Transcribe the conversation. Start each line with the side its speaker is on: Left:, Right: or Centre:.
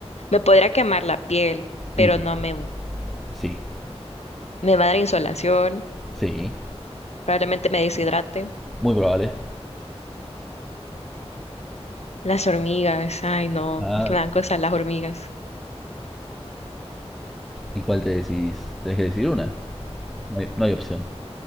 Left: Me podría quemar la piel,
Centre: Y
Left: pero no
Centre: no,
Left: me,
Centre: sí,
Left: me va a dar insolación.
Centre: sí,
Left: Probablemente me deshidrate.
Centre: muy probable.
Left: Las hormigas, ay no,
Centre: Ah,
Left: es que me dan cosas las hormigas.
Centre: ¿y cuál te decís? Tenés que decir una. No hay, no hay opción.